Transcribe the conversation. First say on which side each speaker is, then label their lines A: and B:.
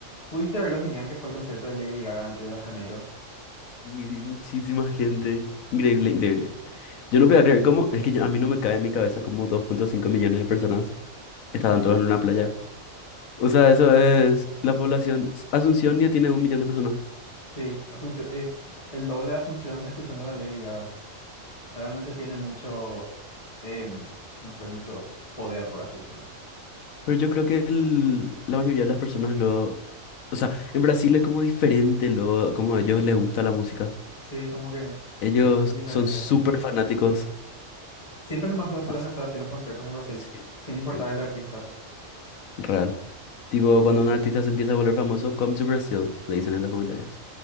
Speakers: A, on the left (about 25°); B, on the left (about 85°).
A: ¿Pudiste ver lo genial que fue el concierto de Lady Gaga en Río de Janeiro?
B: Y muchísima gente. Increíble, increíble. Yo no podía creer cómo, es que yo- a mí no me cae en mi cabeza cómo dos punto cinco millones de personas estaban todas en una playa. O sea, eso es la población. Asunción ya tiene un millón de personas.
A: Sí, Asunción, es el doble de Asunción escuchando a la Lady Gaga. Realmente tiene mucho, em, no sé, mucho poder, por así decirlo.
B: Pero yo creo que el- la mayoría de las personas lo... O sea, en Brasil es como diferente lo, como a ellos les gusta la música.
A: Sí, como que
B: Ellos
A: sienten diferente.
B: son súper fanáticos.
A: Siempre nomás lo suelen
B: Así-
A: hacer así los conciertos en Brasil,
B: Sí,
A: sin importar
B: sí,
A: el artista.
B: real. Tipo, cuando un artista se empieza a volver famoso, come to Brazil, le dicen en los comentarios.